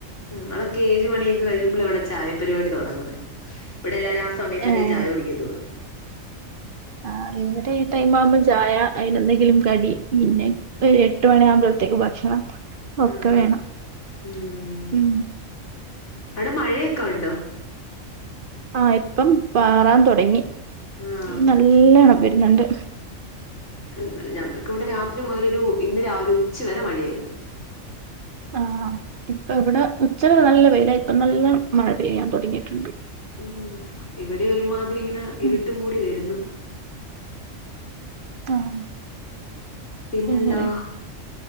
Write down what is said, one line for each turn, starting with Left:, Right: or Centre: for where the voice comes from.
Left: ഞങ്ങളൊക്കെ ഏഴ് മണിയൊക്കെ കഴിയുമ്പഴാ ഇവിടെ ചായപരിപാടി തൊടങ്ങുന്നേ ഇവിടെ എല്ലാരു ആ സമയത്തൊക്കെ
Right: ഏഹ്
Left: ചായ കുടിക്കത്തൊള്ളൂ
Right: ആഹ് ഇവിടെ ഈ ടൈമാവുമ്പോ ചായ അയിന് എന്തെങ്കിലും കടി പിന്നെ ഒരെട്ട് മണിയാമ്പോളത്തേക്ക് ഭക്ഷണം ഒക്കെ
Left: ആഹ് ആഹ്
Right: വേണം
Left: ഉം
Right: ഉംഹ്
Left: അവിടെ മഴയെക്കെ ഉണ്ടോ?
Right: ആഹ് ഇപ്പം പാറാൻ തൊടങ്ങി
Left: ആഹ്
Right: നല്ല നല്ലണം വെരുന്ന്ണ്ട്
Left: ഇന്നലെ ഞങ്ങക്കിവിടെ രാത്രി മുതലൊരു ഇന്ന് രാവിലെ ഉച്ച വരെ മഴയായിരുന്നു
Right: ആഹ് ഇപ്പൊ വിടെ ഉച്ചവരെ നല്ല വെയിലായ് ഇപ്പൊ നല്ല മഴ പെയ്യാ തൊടങ്ങിട്ടുണ്ട്.
Left: ഉം ഇവിടൊരുമാതിരി ഇങ്ങനെ ഇരുട്ട്
Right: ഉം
Left: മൂടി വെരുന്നു.
Right: ആഹ്
Left: പിന്നെന്താ?
Right: വേറെ